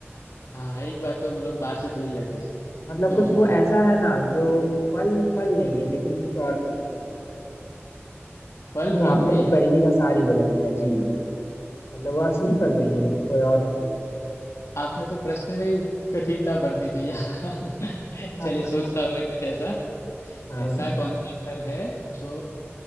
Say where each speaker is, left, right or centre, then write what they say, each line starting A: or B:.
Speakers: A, on the left; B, on the left.
A: हाँ एक बार तो वो लोग बाहर से धुल लेते हैं
B: मतलब
A: तो
B: कुछ वो ऐसा है ना जो फल फल नहीं है लेकिन कुछ और फल है <laughs>
A: फल
B: हम्म,
A: फल
B: आपने
A: नहीं
B: वो
A: है
B: पहले का सार ही बदल दिया जी मतलब वो असली फल नहीं है वो कोई और फल है
A: <laughs> आपने तो प्रश्न में ही कठिनता भर दी भैया <laughs>
B: <laughs>
A: चलिए सोचता हूँ मैं कुछ ऐसा
B: हाँ हाँ,
A: ऐसा कौन सा फल है जो